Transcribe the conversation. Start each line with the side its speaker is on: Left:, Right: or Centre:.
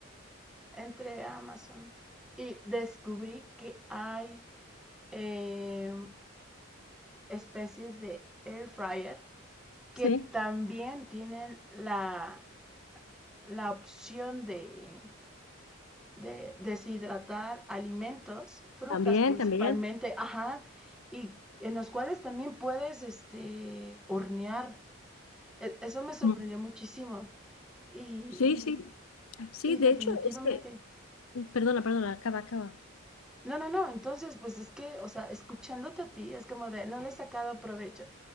Centre: Entré a Amazon y descubrí que hay eh, especies de air fryer
Left: sí.
Centre: que también tienen la, la opción de, de deshidratar alimentos, frutas
Left: También,
Centre: principalmente,
Left: también.
Centre: ajá, y en los cuales también puedes este, hornear. E- Eso me sorprendió
Left: Mm.
Centre: muchísimo. Y,
Left: Sí, sí. Sí,
Centre: y definitivamente
Left: de hecho, es que... Perdona, perdona, acaba, acaba.
Centre: No, no, no, entonces pues es que, o sea, escuchándote a ti es como de, no le he sacado provecho.